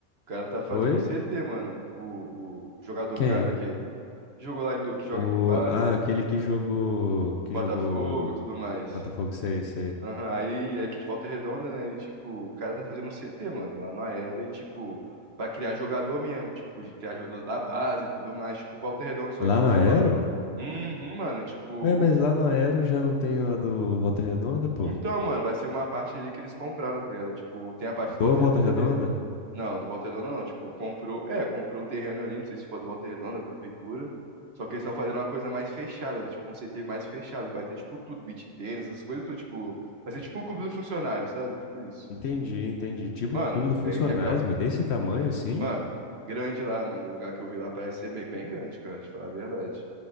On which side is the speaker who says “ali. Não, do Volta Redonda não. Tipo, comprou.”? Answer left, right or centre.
Right